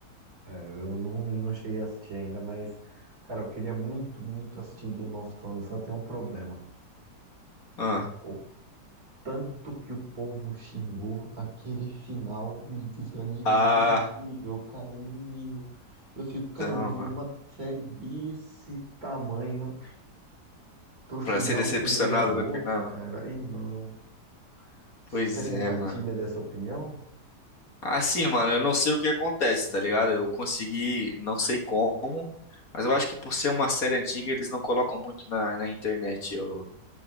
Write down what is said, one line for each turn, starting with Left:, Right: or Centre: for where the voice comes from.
Right: É, eu não, não cheguei a assistir ainda, mas, cara, eu queria muito, muito assistir Game of Thrones, só tem um problema.
Left: Ah,
Right: O tanto que o povo xingou, aquele final me desanima
Left: ah
Right: num nível, cara, num nível. Eu fico, cara,
Left: então,
Right: eu vou ver
Left: mano.
Right: uma série desse tamanho pro final
Left: Pra ser decepcionado
Right: ser meia boca,
Left: no final.
Right: cara. Aí não. Você
Left: Pois
Right: compartilha
Left: é, mano.
Right: dessa opinião?
Left: Assim, mano, eu não sei o que acontece, tá ligado? Eu consegui, não sei como, mas eu acho que por ser uma série antiga, eles não colocam muito na, na internet o,